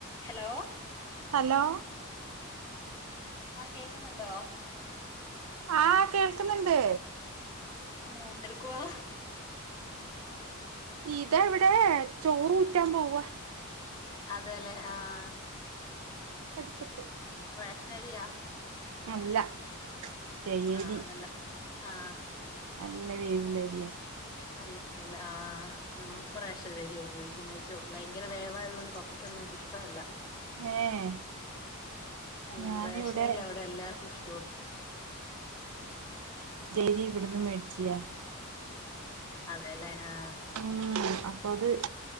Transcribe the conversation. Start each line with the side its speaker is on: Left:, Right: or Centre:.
Left: Hello
Right: hello
Left: ആഹ് കേക്കുന്നുണ്ടോ
Right: ആഹ് കേൾക്കുന്നുണ്ട്
Left: ആണോ എന്തെടുക്കുവാ
Right: ഇതാ ഇവിടെ ചോറൂറ്റാൻ പോവാ
Left: അതേല്ലേ ആഹ്
Right: അടുപ്പത്ത്
Left: റേഷനരിയാ
Right: അല്ല ജയേരി
Left: ആഹ് നല്ല ആഹ്
Right: നല്ല വേവുള്ളരിയാ
Left: നല്ല വേവുള്ള ആഹ് നമ്മളിപ്പ റേഷനരിയാ ഉപയോഗിക്കുന്ന ചോ ഭയങ്കര വേവായതുകൊണ്ട് പപ് പ്പക്കൊന്നും ഇഷ്ടമല്ല
Right: ഏഹ്
Left: ഉം
Right: ഞാനിവിടെ
Left: റേഷ്നരിയാ ഇവിടെ എല്ലാർക്കും ഇഷ്ടോള്ളു
Right: ജയരി ഇവിടുന്ന് മേടിച്ചിയാ
Left: അതേല്ലേ ആഹ്
Right: ഉം അപ്പൊ അത്